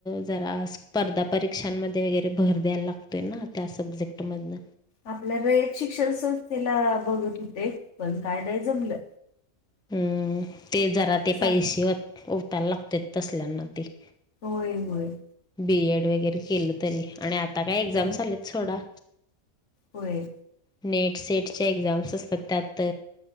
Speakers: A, in the centre; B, on the left.
A: जरा स्पर्धा परीक्षांमध्ये वगैरे भर द्यायला लागत. तेना त्या सब्जेक्ट मधन.
B: आपल्याला एक शिक्षण संस्थेला बघत होते पण काय नाही जमलं.
A: हम् ते जरा ते
B: सारखं
A: पैसे उतायला लागते तसल्यांना ते.
B: होय होय.
A: बीएड वगैरे केलं तरी आणि आता काय एक्झामस
B: ह
A: आले थोडा.
B: होय.
A: नेट सेटच्या एक्झाम्स असतात त्यात